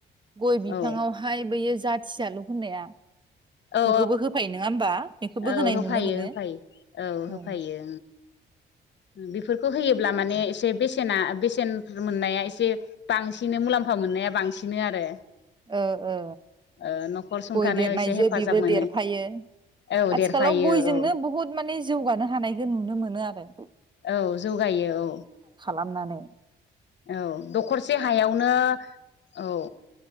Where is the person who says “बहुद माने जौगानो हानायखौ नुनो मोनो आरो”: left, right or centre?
Right